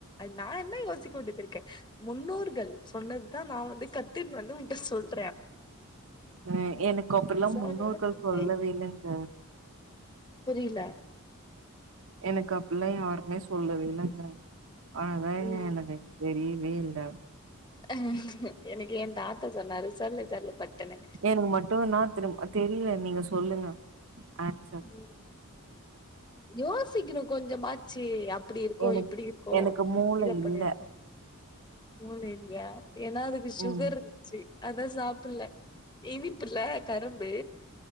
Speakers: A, on the left (about 20°); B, on the right (about 65°).
A: நான் என்ன யோசிக்க வேண்டியது இருக்கேன் முன்னோர்கள் சொன்னதுதான் நான் வந்து கத்தின் வந்து உன்ட சொல்
B: ஆ எனக்கு அப்பல்லாம்
A: சார்
B: முன்னோர்கள்
A: யோசிங்க
B: சொல்லவேலைங்க
A: புரியல
B: எனக்கு அப்படில்லாம் யாருமே சொல்லவே இல்லைங்க அதான்ங்க
A: ம்
B: எனக்கு பெரியது வே இல்ல
A: அஹ் எனக்கு என் தாத்தா சொன்னாரு சொல்லு சொல்லு பட்டுன்னு
B: ஏனுங்க மட்டும் நான் த்துரும் தெரியலை நீங்க சொல்லுங்க ஆன்சர்
A: உம் யோசிக்கணும் கொஞ்சமாச்சு அப் இப்படி இருக்கோம்
B: எனக்கு
A: இப்படி இருக்கோம்
B: எனக்கு மூளை
A: இதைப்பண்ணியாச்சா
B: இல்ல
A: உங்கள்ட்ட இல்லியா ஏன்னா அதுக்கு சுகர்
B: ம்
A: இருந்துச்சு அதான் சாப்பிடலை இனிப்புல்ல கரும்பு